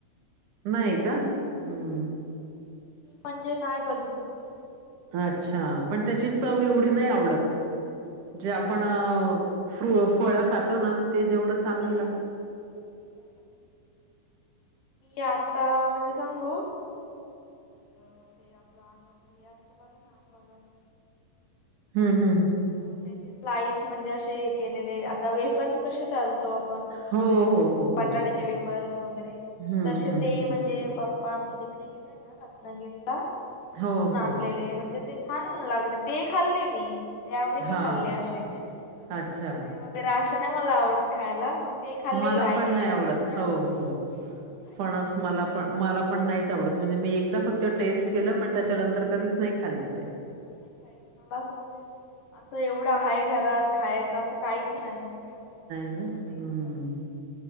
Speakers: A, on the right; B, on the left.
A: नाय गं हम्म
B: म्हणजे नाय बघितलय
A: ह अच्छा पण त्याची चव एवढी नायी आवडत जे आपण
B: ते
A: फ्रु फळ खातो ना ते जेवढं चांगलं लागत
B: ते आता म्हणजे सांगू अ ते आपलं अन्न हे असतं का बघा फणस
A: हम्म हम
B: अ स्लाईस म्हणजे अशे हे केलेले आता वेफर्स कसे तलतो
A: हो, हो, हो,
B: बटाट्याचे
A: हो.
B: वेपर्स वगैरे
A: हं,
B: तसे
A: हं,
B: ते
A: हं.
B: म्हणजे पाप आमचे तिकडे गेलेय ना रत्नागिरीला तिकडून
A: हो, हो.
B: आणलेले म्हणजे ते छान लाग ते खाल्ले मी ते आवडीने
A: हां.
B: खाल्ले अशे पण
A: अच्छा.
B: अशे तर आशे नाही मला आवडत खायला पण ते खाल्ले
A: मला
B: फ्राय
A: पण
B: केलेले
A: नाही आवडत
B: हा फ्राय
A: हो हो फणस
B: केलेले खाल्ले
A: मला
B: मी
A: पण मला पण नाहीच आवडत म्हणजे मी एकदा फक्त टेस्ट केलं पण त्याच्यानंतर कधीच नाही खाल्लं ते
B: पण नाही मला असं म्हणजे असं एवढं हाय घरात खायचं असं काहीच नाही मी खायच नाही दुसऱ्यांमध्ये
A: ना? हं.
B: येऊन जाते